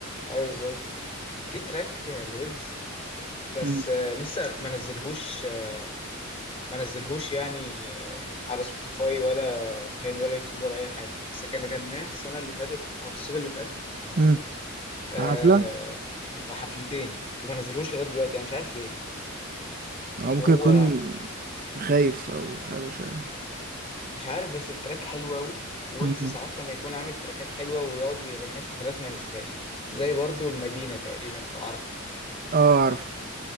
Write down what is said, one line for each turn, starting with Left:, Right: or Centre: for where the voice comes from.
Left: ايوه بالظبط في تراك آه، لويجز بس
Right: مم.
Left: آه، لسه ما نزلهوش آه، ما نزلهوش يعني آه، على سبوتيفاي ولا انغامي ولا يوتيوب ولا اي حاجه بس كان غناه السنه اللي فاتت او الصيف اللي فات
Right: مم. في
Left: آه،
Right: حفلة
Left: في حفلتين وما نزلهوش لغايه دلوقتي انا مش عارف ليه
Right: او
Left: اللي
Right: ممكن
Left: هو
Right: يكون خايف او حاجة مش عارف
Left: مش عارف بس التراك حلو قوي ويجز
Right: مم.
Left: ساعات لما يكون عامل تراكات حلوه ويقعد يغنيها في حفلات ما ينزلهاش زي برضو المدينه تقريبا لو عارف
Right: اه عارف